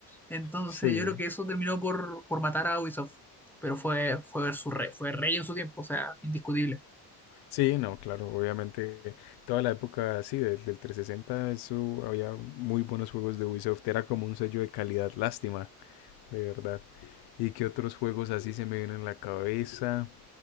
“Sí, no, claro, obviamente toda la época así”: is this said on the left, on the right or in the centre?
Left